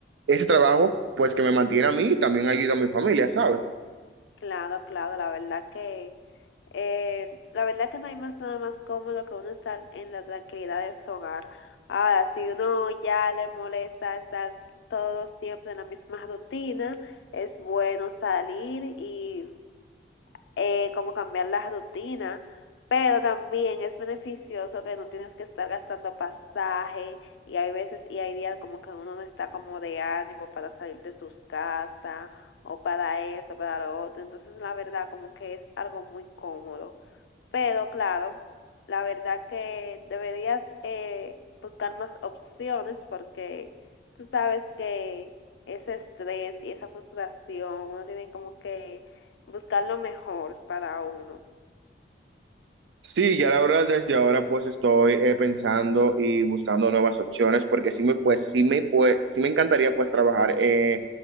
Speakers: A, on the right; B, on the left.
A: ese trabajo pues que me mantiene a mí y también ayuda a mi familia, ¿sabes?
B: Claro, claro, la verdad que eh, la verdad que no hay más nada más cómodo que uno estar en la tranquilidad de su hogar. Ahora, si uno ya le molesta estar todo siempre en la misma rutina, es bueno salir y eh, como cambiar la rutina, pero también es beneficioso que no tienes que estar gastando pasaje y hay veces y hay días como que uno no está como de ánimo para salir de sus casas o para esto, para lo otro, entonces la verdad como que es algo muy cómodo. Pero claro, la verdad que deberías eh, buscar más opciones porque tú sabes que ese estrés y esa frustración, uno tiene como que buscar lo mejor para uno.
A: Sí, ya la verdad desde ahora pues estoy eh, pensando y buscando nuevas opciones porque sí me pues sí me pues sí me encantaría pues trabajar eh,